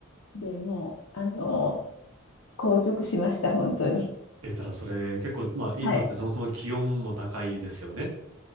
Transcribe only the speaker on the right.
え、ただそれ結構、まあ、インドってそもそも気温も高いですよね。